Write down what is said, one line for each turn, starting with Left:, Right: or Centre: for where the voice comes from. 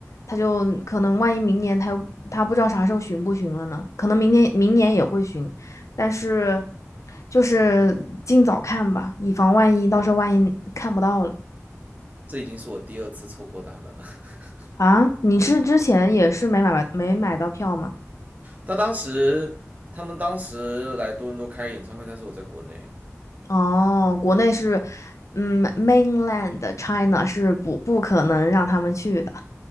Left: 它就可能万一明年它又它不知道啥时候巡不巡了呢，可能明年明年也会巡，但是就是尽早看吧，以防万一，到时候万一看不到了
Right: 这已经是我第二次错过他们了。<laughs>
Left: 啊！你是之前也是没买没买到票吗？
Right: 他当时他们当时来多伦多开演唱会，但是我在国内，
Left: 哦，国内是，嗯，mainland China 是不不可能让他们去的。